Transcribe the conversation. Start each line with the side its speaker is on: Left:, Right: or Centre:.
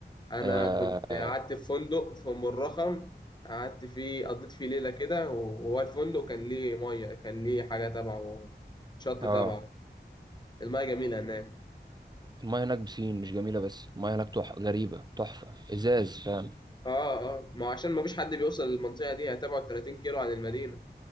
Left: انا
Right: اه
Left: كنت
Right: اه
Left: قعدت في فندق في ام الرخم قعدت فيه قضيت فيه ليله كده وهو الفندق كان ليه ميه كان ليه حاجه تبعه شط
Right: آه.
Left: تبعه الميه جميله هناك
Right: المايه هناك بسين مش جميله بس المايه هناك تح... غريبه تحفه ازاز فاهم
Left: اه اه ما هو عشان ما فيش حد بيوصل للمنطقه دي هي تبعد 30 كيلو عن المدينه